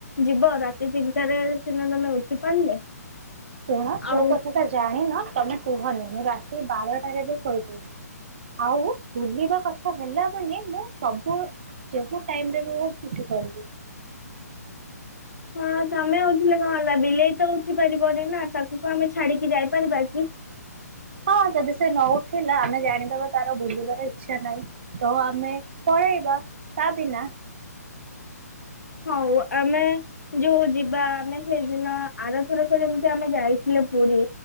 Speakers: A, on the left; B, on the right.
A: ଯିବ ରାତି ତିନିଟାରେ ସିନା ତମେ ଉଠି ପାରିଲେ
B: ଶୁଣ ଯୋଉ
A: ଆଉ
B: କଥା ତ ଜଣଣି ନ ତମେ କୁହନି ମୁଁ ରାତି ବାରଟାରେ ବି ଶୋଇ ପଡୁଛି ଆଉ ଭୁଲିବା କଥା ହେଲା ମାନେ ମୁଁ ସବୁ ଟାଇରେ ବି ମୁଠି କର
A: ହଁ ତମେ ହଉଥିଲେ କଣ ହେଲା ବିଲେଇ। ତ ଉଠି ପାରିବନି ନା ତାକୁ ତ ଆମେ ଛାଡିକି ଯାଇପାରିବା କି।
B: ହଁ ଯଦି ସେ ନ ଉଠିଲା ଆମେ ଜାଣିଦବା ତାର ବୁଲିବାର ଇଛା ନାହିଁ ତ ଆମେ ପଳେଇବା ତା ବିନା।
A: ହଉ ଆମେ ଯୋଉ ଯିବା ଆମେ ସେଇଦିନ ଆରଥରକ ଯେମିତି ଆମେ ଯାଇଥିଲେ ପୁରୀ